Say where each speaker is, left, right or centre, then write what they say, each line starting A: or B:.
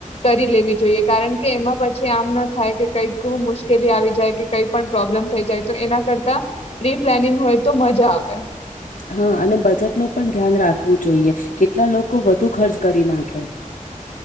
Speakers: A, on the left; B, on the left.
A: કરી લેવી જોઈએ કારણ કે એમાં પછી આમ ના થાય કે કઈક વું મુશ્કેલી આવી જાય કે કઈ પણ પ્રોબ્લેમ થઈ જાય. એના કરતા પ્રી પ્લાનિંગ હોય તો મજા આવેે.
B: હા અને બજેટનુંું પણ ધ્યાન રાખવું જોઈએ કેટલા લોકો વધુ ખર્ચ કરી નાખે.